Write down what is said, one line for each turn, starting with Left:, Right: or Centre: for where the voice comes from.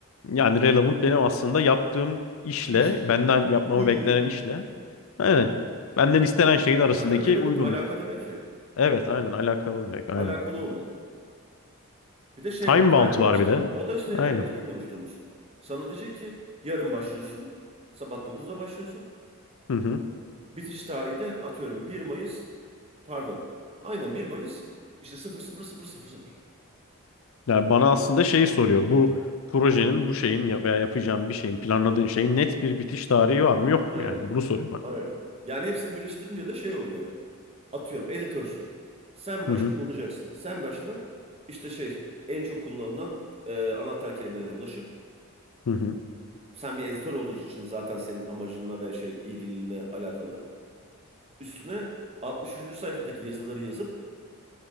Left: Yani relevant benim aslında yaptığım işle,
Right: İş
Left: benden yapmamı
Right: uygunluk.
Left: beklenen işle. Aynen. Benden istenen şeyin arasındaki
Right: Zaten relevant
Left: uygunluk.
Right: alaka demek ya.
Left: Evet, aynen alakalı olarak. Aynen.
Right: Alakalı olmalı. Bir de şey
Left: Time
Right: var, time
Left: bound var
Right: var işte.
Left: bir de.
Right: O da işte en
Left: Aynen.
Right: başında konuştuğumuz. Sana diyecek ki yarın başlıyorsun. Sabah dokuzda başlıyorsun.
Left: Hı hı.
Right: Bitiş tarihi de atıyorum bir Mayıs pardon. Aynen bir Mayıs işte sıfır sıfır sıfır sıfır sıfır
Left: Yani bana aslında şeyi soruyor. Bu projenin, bu şeyin ya- veya yapacağım bir şeyin, planladığın şeyin net bir bitiş tarihi var mı yok
Right: Aynen.
Left: mu yani? Bunu soruyor bana.
Right: Aynen. Yani hepsini birleştirince de şey oluyor. Atıyorum editörsün. Semrush
Left: Hı hı.
Right: kullanacaksın. Semrush'la işte şey en çok kullanılan e, anahtar kelimelere ulaşıp
Left: Hı hı.
Right: sen bir editör olduğu için zaten senin amacınla ve şey ilgililiğine alakalı. Üstüne 63. sayfadaki yazıları yazıp